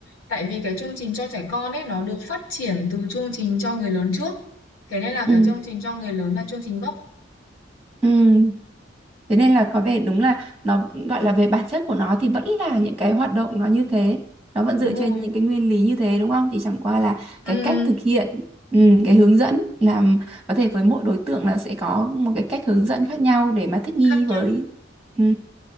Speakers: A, on the left; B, in the centre.
A: tại vì cái chương trình cho trẻ con ấy nó được phát triển từ chương trình cho người lớn trước thế nên là
B: ừ
A: cái chương trình cho người lớn là chương trình gốc
B: Ừ. Thế nên là có vẻ đúng là nó gọi là về bản chất của nó thì vẫn là những cái hoạt động nó như thế. Nó vẫn
A: đúng
B: dựa
A: rồi
B: trên những cái nguyên lý như thế đúng không? Thì chẳng qua là
A: ừ,
B: cái cách thực hiện, ừ, cái hướng dẫn làm có thể với mỗi đối tượng là sẽ có một cái cách hướng dẫn khác nhau để mà thích nghi
A: khác nhau
B: với ừ.